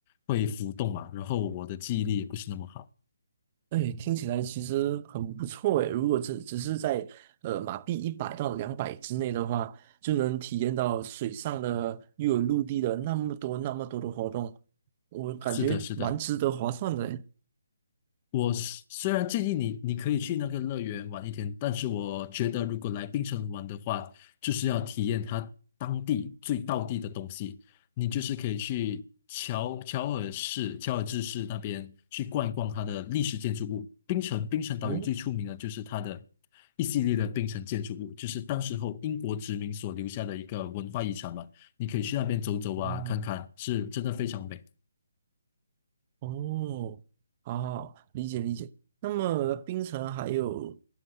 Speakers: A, on the left; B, on the right.
A: 会浮动嘛。然后我的记忆力也不是那么好。
B: 哎，听起来其实很不错哎。如果只只是在呃马币一百到两百之内的话，就能体验到水上的又有陆地的那么多那么多的活动，我感觉蛮值得划算的诶。
A: 是的，是的。我虽虽然建议你，你可以去那个乐园玩一天，但是我觉得如果来槟城玩的话，就是要体验它当地最道地的东西。你就是可以去乔乔尔市、乔尔治市那边去逛一逛它的历史建筑物。槟城槟城岛屿最出名的就是它的
B: 哦，
A: 一系列的槟城建筑物，就是当时候英国殖民所留下的一个文化遗产嘛。你可以去那边走走啊，
B: 嗯，
A: 看看，是真的非常美。
B: 哦，好好，理解理解。那么槟城还有，